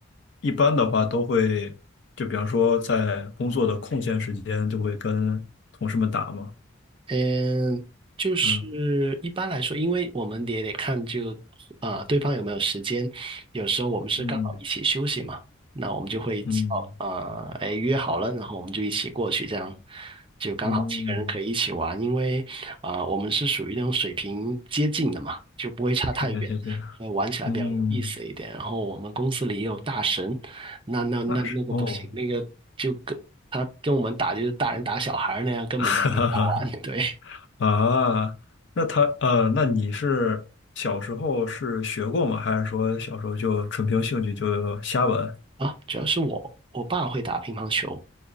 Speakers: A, on the left; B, on the right.
A: 一般的话都会，就比方说在工作的空闲时间，就会跟同事们打嘛。
B: 嗯，就是一般来说，
A: 嗯
B: 因为我们也得看就啊、呃对方有没有时间，有时候我们是刚好一起休息嘛，
A: 嗯
B: 那我们就会
A: 嗯
B: 啊、呃，哎约好了，然后我们就一起过去，这样就刚好几个人可以一起玩，
A: 嗯，
B: 因为啊、我们是属于那种水平接近的嘛，就不会差太远。
A: 是这样是这样。
B: 呃玩起来比较有意思一点，
A: 嗯，
B: 然后我们公司里也有大神，那那那那个不行，
A: 那是哦，
B: 那个就跟他跟我们打就是大人打小孩儿那样，根本没法玩，
A: <laughs> 哈哈
B: <laughs> 对。
A: 哈啊，那他呃，那你是小时候是学过吗？还是说小时候就纯凭兴趣就瞎玩？
B: 啊，主要是我我爸会打乒乓球，